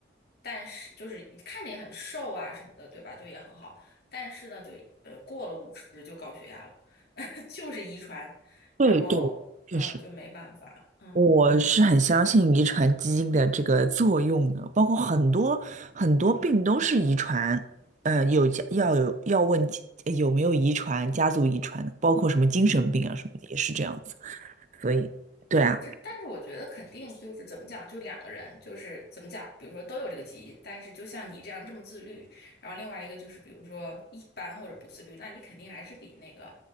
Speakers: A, on the left; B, on the right.
A: 但是就是看着也很瘦啊什么的，对吧？就也很好，但是呢，就呃过了五十就高血压了，<laughs> 就是遗传，然后嗯就没办法，
B: 对对，确实。
A: 嗯。
B: 我是很相信遗传基因的这个作用的，包括很多很多病都是遗传，呃，有家要有要问家有没有遗传，家族遗传的，包括什么精神病啊什么的也是这样子。所以，对啊，
A: 是，但是我觉得肯定就是怎么讲，就两个人就是怎么讲，比如说都有这个基因，但是就像你这样这么自律，然后另外一个就是比如说一般或者不自律，那你肯定还是比那个